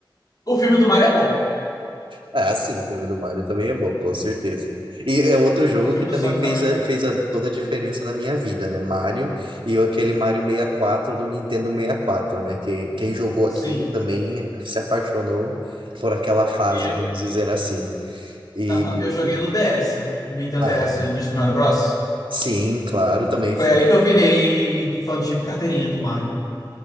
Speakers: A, on the left (about 50°); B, on the right (about 85°).
A: o filme do Mario é bom.
B: Ah, sim, o filme do Mario também é bom, com certeza. E é outro jogo
A: O filme
B: que
A: do
B: também
A: Sonic
B: fez,
A: também é
B: a-
A: bom.
B: fez a- toda a diferença na minha vida, né? Mario e aquele Mario sessenta e quatro do Nintendo sessenta e quatro né? Que quem jogou aquilo
A: Sim.
B: também se apaixonou por aquela fase,
A: E,
B: vamos dizer assim. E,
A: aham, eu joguei
B: e-
A: no DS, no Nintendo
B: ah,
A: DS, no Super Mario Bros.
B: sim, claro, também.
A: Foi
B: fu-
A: aí que eu virei fã de carteirinha do Mario.